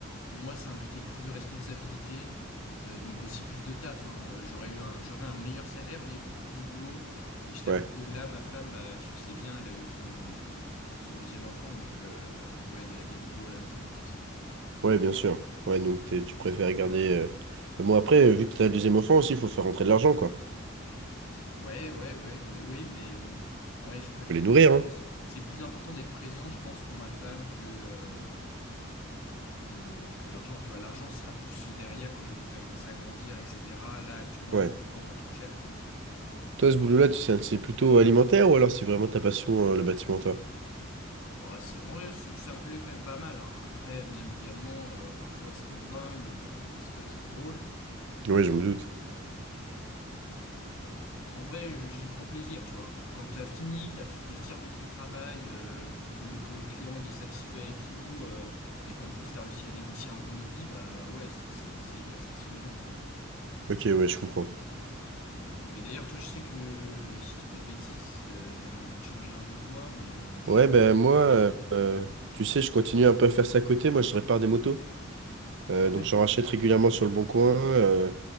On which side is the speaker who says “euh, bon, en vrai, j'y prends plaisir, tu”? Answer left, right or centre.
Left